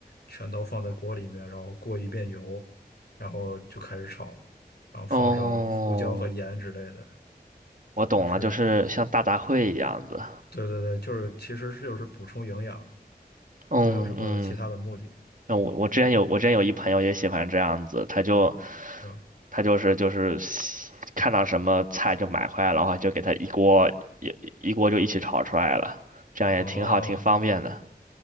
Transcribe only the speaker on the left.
全都放在锅里面，然后过一遍油，然后就开始炒，然后放上胡椒和盐之类的，
就是
对对对，就是其实是就是补充营养，
没有什么其他的目的，
是吧？
哦，